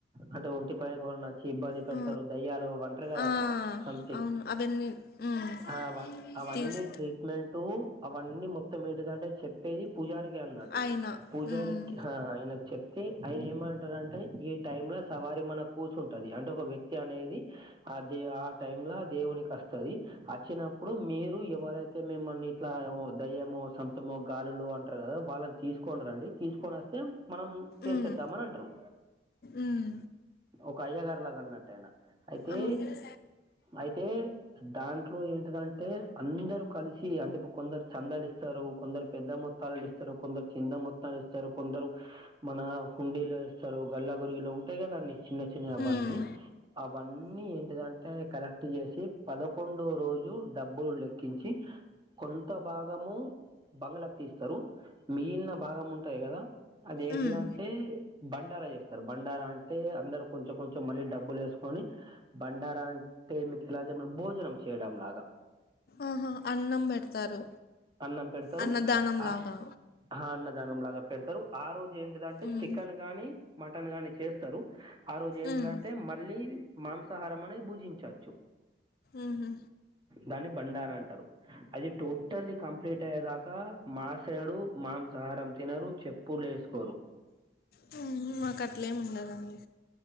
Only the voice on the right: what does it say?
అంటే ఒంటిపైకి ఎవరైనా ఓచ్చి ఇబ్బంది పెడతారు
దయ్యాలు అంటారు కదా
అట్లా సంథింగ్
ఆ హా అవన్నీ
ట్రీట్ మెంటు అవన్నీ మొత్తం ఏంటిదంటే చెప్పేది పుజారికి అన్న
పూజారీ
కి హా ఆయన కి చెప్ప అతే ఆయన ఏమంటారంటే ఈ టైమ్ లో సవారి మన కూర్చుంటది అంటే ఒక వ్యక్తి అనేది ఆది ఆ టైమ్ల ఆ దేవునికి ఓస్తది ఆచ్చినప్పుడు మీరు ఎవరైతే మీమ్మల్ని ఇట్లా దయ్యమో సొంతమో గాలులు అంటారు కదా వాళ్ళ తీసుకోని రండి తీసుకొనస్తే మనం చేసేధం
అని అంటారు
ఒక అయ్యాగారులాగా అన్నట్టు ఆయిన అయితే
అయితే దాంట్లో ఏంటిదంటే అందరూ కలిసి అంటే కొందరు చందలు ఇస్తారు కొందరు పెద్ద మొత్త త్తం ఇస్తారు కొందరు చింద మొత్తం ఇస్తారు కొందరు మన హుండీలో వేస్తారు గల్ల గురిగులో ఉంటాయికద అండి చిన్న చిన్న అవన్నీ
అవన్నీ ఏంటిదంటే కలెక్ట్ చేసి పదకొండో రోజు డబ్బులు లెక్కించి కొంత భాగము బంగ్లకి తీస్తారు మిగిలిన భాగం ఉంటాయి కదా అదేంటిదంటే
బండారా చేస్తారు బండారా అంటే అందరు కొంచెం కొంచెం మళ్ళీ డబ్బులు యేసుకొని బండార అంటే మీకు <unintelligible> ఇలా భోజనం చేయడం లాగా
అన్నం పెడతారు
ఆ
హా అన్నదానం లాగా పెడతారు ఆ రోజు ఏంటిదంటే
చికెన్ గానీ మటన్ గాని చేస్తారు ఆ రోజు ఏంటిదంటే
మళ్ళీ మాంసాహారం నే భుజించవచ్చు
దాన్ని బండార అంటారు, అది టోటల్లీ కంప్లీట్ అయ్యేదాకా మా సైడు మాంసాహారం తినరు, చెప్పులేసుకోరు.